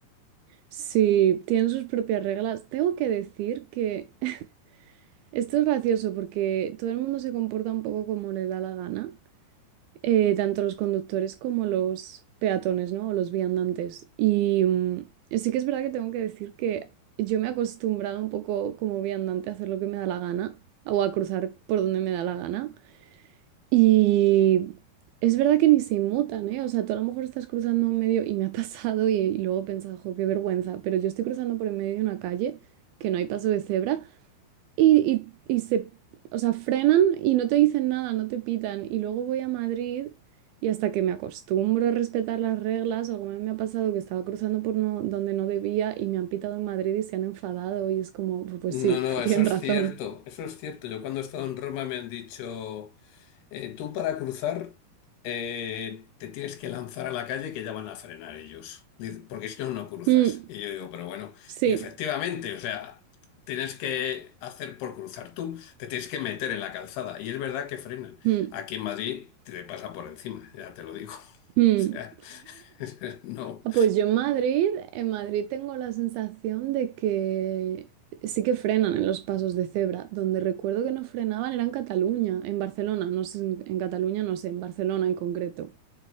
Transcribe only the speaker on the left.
No,
no,
eso
es
cierto, eso es cierto. Yo cuando he estado en Roma me han dicho... Eh, tú para cruzar eh, te tienes que lanzar a la calle que ya van a frenar ellos, Dice, porque si no, no cruzas.
Y yo digo, pero bueno,
y efectivamente, o sea, tienes que hacer por cruzar tú, te tienes que meter en la calzada. Y es verdad que frenan.
Aquí en Madrid te pasa por encima, ya te lo digo. <laughs>
O sea, <laughs> no.